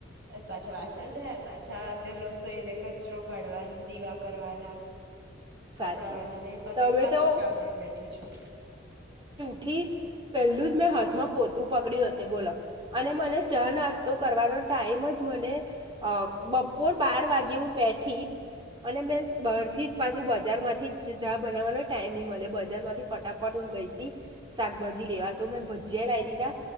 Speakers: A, on the right; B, on the right.
A: પાછા વાસણ ધોયા, પાછા તે રસોઈને કચરો કાઢવાનો, દીવા કરવાના
B: સાચી
A: કપડાં વાળવાના
B: વાત છે.
A: એ પતાય
B: તમે
A: પાછું
B: તો
A: કામ લઈને બેઠી છું.
B: થી પહેલુંજ મેં હાથમાં પોતું પકડ્યું હશે બોલો અને મને ચ નાસ્તો કરવાનો ટાઈમ જ મને બપોર બાર વાગે હું બેઠી અને મે બરથી જ પાછું બજાર માંથીજ ચાહ બનાવવાનો ટાઈમ નહી મળે, બજારમાંથી ફટાફટ હું ગઈ હતી શાકભાજી લેવા તો મેં ભજીયા લાઈ દીધા